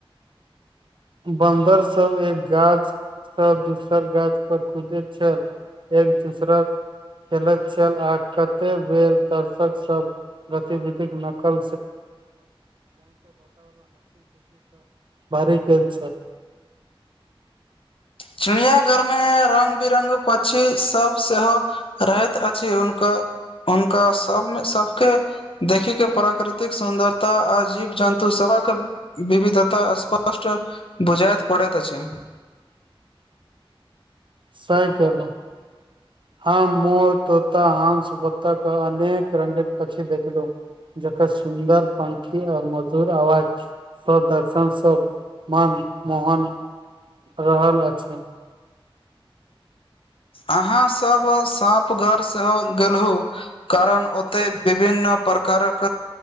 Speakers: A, on the right; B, on the left.
A: बन्दर सब एक गाछसँ दोसर गाछ पर कुदैत छल एक दोसरा खेलैत छल आ कतेक बेर दर्शक सब गतिविधिक नकल भरि गेल छल
B: चिड़ियाघरमे रंग बिरंग पक्षी सब सेहो रहैत अछि हुनकर हुनका सबमे सबके देखिक के प्राकृतिक सुन्दरता आ जीव जन्तु सब विविधता स्पष्ट बुझायत पड़ैत अछि
A: <unintelligible> सइ केलउ ह मोर तोता हंस बत्तख अनेक रंगेक पक्षी देखलौ जकर सुन्दर पंखी आ मधुर आवाज सब दर्शन सब मान मोहन रहल अछि
B: अहाँ सब साँप घरसँ गेलहु कारण ओते विभिन्न प्रकारक